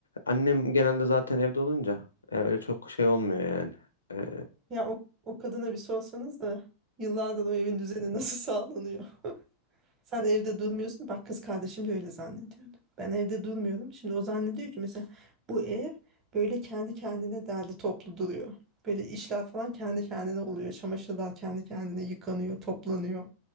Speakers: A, on the left; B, on the right.
A: Annem genelde zaten evde olunca e, öyle çok şey olmuyor yani. Eee,
B: Ya o, o kadına bir sorsanız da yıllardır o evin düzeni nasıl <laughs> sağlanıyor? Sen evde durmuyorsun. Bak kız kardeşim de öyle zannediyordu. Ben evde durmuyorum. Şimdi o zannediyor ki mesela bu ev böyle kendi kendine derli toplu duruyor. Böyle işler falan kendi kendine oluyor. Çamaşırlar kendi kendine yıkanıyor, toplanıyor.